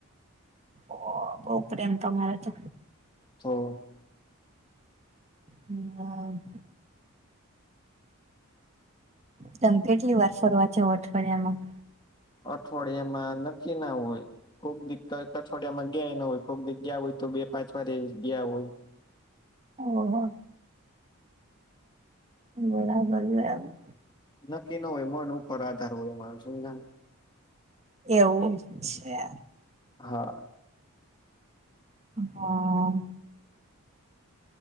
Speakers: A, on the right; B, on the left.
A: ઓ બહુ પ્રેમ તમારે તો
B: તો
A: હમ તમે કેટલી વાર ફરવા જાવ અઠવાડિયામાં
B: અઠવાડિયામાં નક્કી ના હોય. કોક દીક અઠવાડિયામાં ગયા ન હોય કોુક દીક ગયા હોય તો બે પાંચ વાર ગયા હોય‌.
A: ઓહો બરાબર બરાબર.
B: નક્કી ન હોય મન ઉપર આધાર હોય મારું સમજા.
A: એવું છે.
B: હા
A: હા